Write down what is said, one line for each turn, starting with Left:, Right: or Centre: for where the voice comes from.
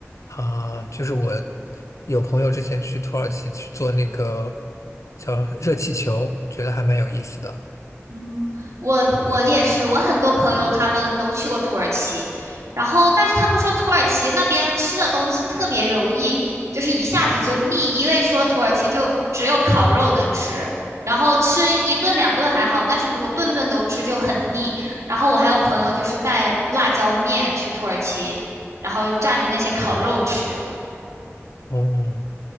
Left: 啊，就是我有朋友之前去土耳其去做那个叫热气球，觉得还蛮有意思的。
Right: 嗯，我我也是，
Left: 对，
Right: 我很多朋友他们都去过土耳其，然后但是他们说土耳其那边吃的东西特别容易，就是一下子就腻，因为说土耳其就只有烤肉能吃，然后吃一顿两顿还好，但是如果顿顿都吃就很腻。然后我还有朋友就是带辣椒面去土耳其，然后蘸着那些烤肉吃。
Left: 哦，